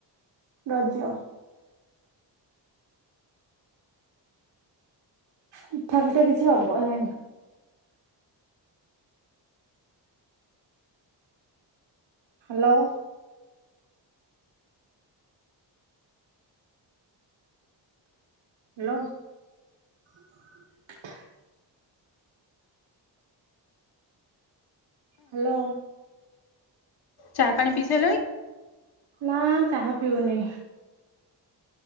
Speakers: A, on the right (about 80°); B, on the left (about 60°).
A: ରଜ ପିଠା ଫିଠା କିଛି ହବ ନି। ହାଲୋ ହ୍ୟାଲୋ <inaudible> ହ୍ଯାଲୋ
B: ଚାହା ପାଣି ପିଇସାଇଲଣି?
A: ନାଁ ଚାହା ପିଉନି।